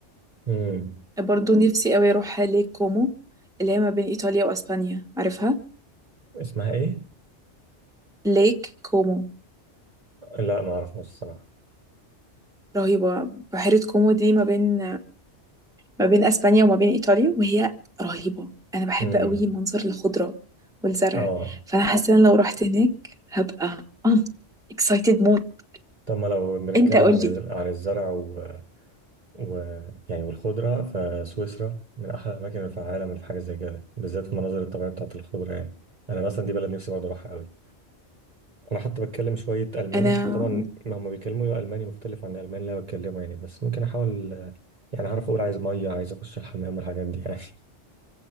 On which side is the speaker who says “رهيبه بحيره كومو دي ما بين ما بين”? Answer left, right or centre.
Centre